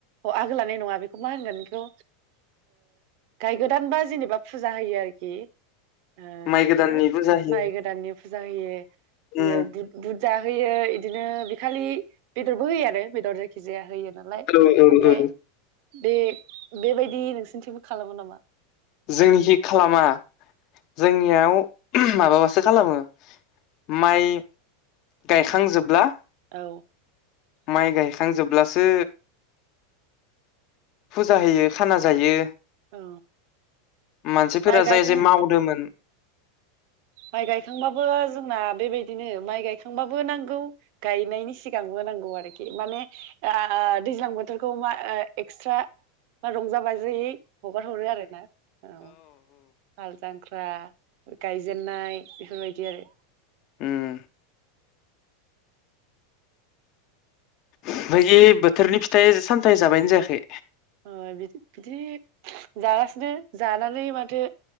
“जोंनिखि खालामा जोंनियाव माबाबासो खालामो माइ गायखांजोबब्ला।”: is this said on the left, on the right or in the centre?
Left